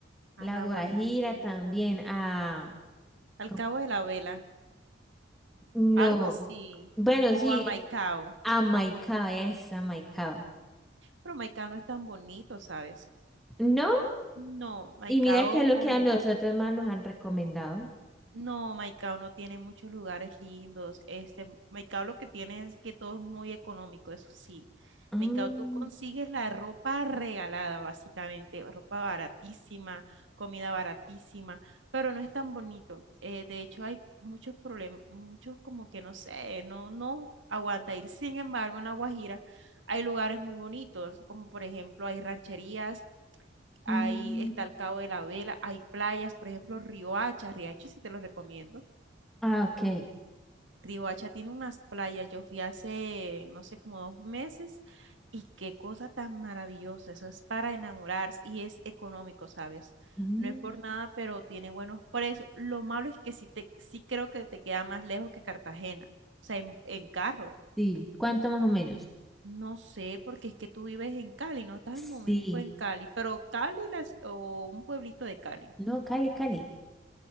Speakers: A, on the right; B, in the centre.
A: A
B: La
A: La
B: Guajira
A: Guajira,
B: también, ah,
A: al
B: ¿cómo?
A: Cabo de la Vela,
B: no,
A: algo así.
B: bueno,
A: O
B: sí,
A: a Maicao.
B: es Amaicao, es Amaicao.
A: Pero Maicao no es tan bonito, ¿sabes?
B: ¿No?
A: No, Maicao
B: Y mira qué es lo que a nosotros más nos han recomendado.
A: No, Maicao no tiene muchos lugares lindos. Este, Maicao lo que tiene es que todo es muy económico, eso sí.
B: Mm,
A: Maicao, tú consigues la ropa regalada, básicamente, ropa baratísima, comida baratísima, pero no es tan bonito. Eh, de hecho, hay muchos problemas, muchos como que no sé, no, no aguanta ir. Sin embargo, en La Guajira hay lugares muy bonitos, como por ejemplo hay rancherías ahí
B: mm,
A: está el Cabo de la Vela, hay playas, por ejemplo, Riohacha, Riohacha sí te lo recomiendo.
B: Ah, ok.
A: Riohacha tiene unas playas, yo fui hace, no sé, como dos meses, y qué cosa tan maravillosa, eso es para enamorarse y es económico, ¿sabes?
B: Mm,
A: No es por nada, pero tiene buenos precios. Lo malo es que sí, te, sí creo que te queda más lejos que Cartagena, o sea, en, en carro.
B: sí. ¿Cuánto más o menos?
A: No sé, porque es que tú vives en Cali, no estás
B: Sí.
A: un momentico en Cali, pero Cali las- o un pueblito de Cali.
B: No, Cali, Cali.